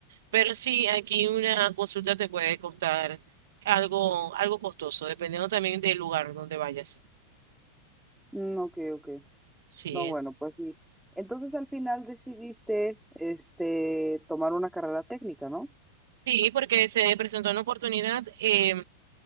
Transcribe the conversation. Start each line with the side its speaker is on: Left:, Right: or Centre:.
Right: Pero sí, aquí una consulta te puede costar algo, algo costoso, dependiendo también del lugar donde vayas.
Centre: Mm, ok, ok.
Right: Sí,
Centre: No, bueno, pues sí. Entonces al final decidiste, este, tomar una carrera técnica, ¿no?
Right: sí, porque se presentó una oportunidad, eh,